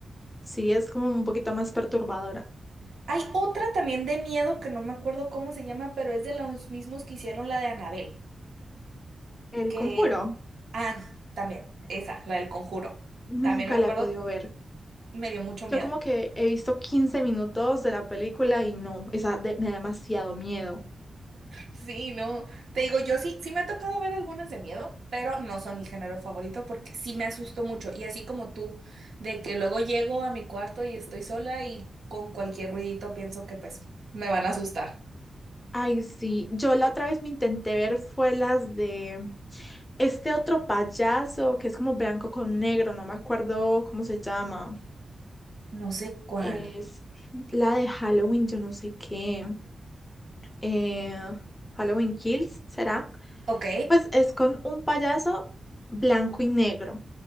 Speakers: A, on the left (about 15°); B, on the right (about 75°).
A: Sí, es como un poquito más perturbadora.
B: Hay otra también de miedo que no me acuerdo cómo se llama, pero es de los mismos que hicieron la de Annabelle.
A: El
B: que...
A: Conjuro,
B: Ah, también, esa, la del conjuro.
A: nunca
B: También me acuerdo,
A: la he podido ver.
B: me dio mucho
A: Yo
B: miedo.
A: como que
B: <laughs>
A: he visto 15 minutos de la película y no, esa de- me da demasiado miedo.
B: Sí, no, te digo, yo sí, sí me ha tocado ver algunas de miedo, pero no son mi género favorito porque sí me asusto mucho. Y así como tú, de que luego llego a mi cuarto y estoy sola y con cualquier ruidito pienso que pues me van a asustar.
A: Ay, sí, yo la otra vez me intenté ver fue las de este otro payaso que es como blanco con negro, no me acuerdo cómo se llama.
B: No sé cuál.
A: Es la de Halloween, yo no sé qué. Eh, Halloween Kills, ¿será?
B: Ok,
A: Pues es con un payaso blanco y negro.